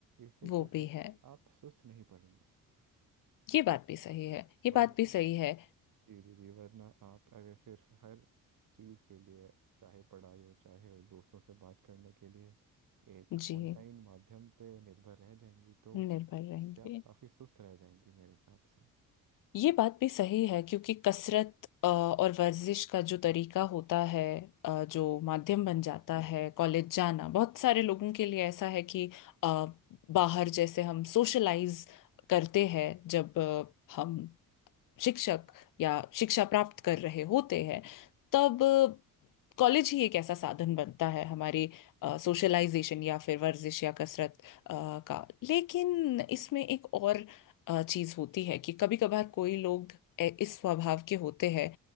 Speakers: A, on the right; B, on the left.
A: इससे
B: वो
A: क्या
B: भी
A: है कि
B: है
A: आप सुस्त नहीं पड़ेंगे
B: ये बात भी सही है ये
A: वरना
B: बात भी सही है
A: जी जी जी वरना आप अगर सिर्फ हर चीज के लिए चाहे पढ़ाई हो चाहे दोस्तों से बात करने के लिए एक
B: जी
A: ऑनलाइन माध्यम पे निर्भर रह जाएंगी तो
B: निर्भर रहेंगे
A: इससे आप काफी सुस्त रह जाएंगी मेरे हिसाब से
B: ये बात भी सही है क्योंकि कसरत अ, और वर्जिश का जो तरीका होता है अ, जो माध्यम बन जाता है कॉलेज जाना बहुत सारे लोगों के लिए ऐसा है कि अ, बाहर जैसे हम सोशलाइज करते हैं जब अ, हम शिक्षक या शिक्षा प्राप्त कर रहे होते हैं तब कॉलेज ही एक ऐसा साधन बनता है हमारी सोशलाइजेशन या फिर वर्जिश या कसरत अ, का लेकिन इसमें एक और चीज होती है कि कभी कभार कोई लोग ए- इस स्वभाव के होते हैं